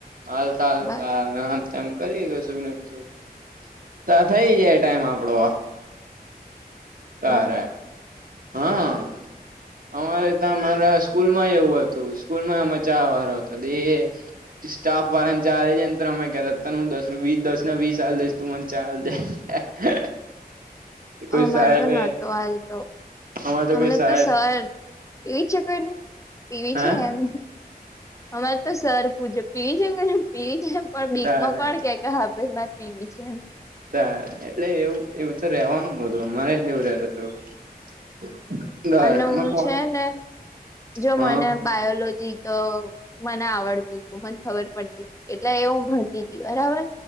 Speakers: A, on the right; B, on the left.
A: હાલતા હાલતા
B: બરાબર
A: આરામ તેમ કરીએ કશુંક ને કશુંક તાં થઈ જાય ટાઈમ આપડો
B: બર
A: તારે હા અમારે તમારા સ્કૂલમાંય એવું હત તો સ્કૂલમાં મજા આવારો હતો દેએ સ્ટાફ વાળાને ચારે જે ન ત્ર અમે કેતા તને હું દસ રુવી દસ ના વીસ આલી દઈશ તું મન ચાલ દે <unintelligible> કોઈ
B: અમારે
A: સાહેબે
B: તો નતો હાલ તો
A: અમારે
B: અમને
A: કોઈ સાહેબ
B: તો સ પર પીવી છે કે એને પીવી
A: હે
B: છે એમ અમારે તો સર પુજ પીવી છે કોઈને પીવી છે પણ બીકમાં
A: તારે
B: કોણ કે ક હા ભાઈ મારે પીવી છે એમ
A: તાર એટલે એવું એવું ત રેવાનું બધું અમારેય દેવું રેતું તું દ
B: અને
A: અ
B: હું
A: કોણ
B: છે ને જો
A: હા
B: મને બાયોલોજી તો મને આવડતું તું મને ખબર પડતી એટલે હું ભણતી હતી બરાબર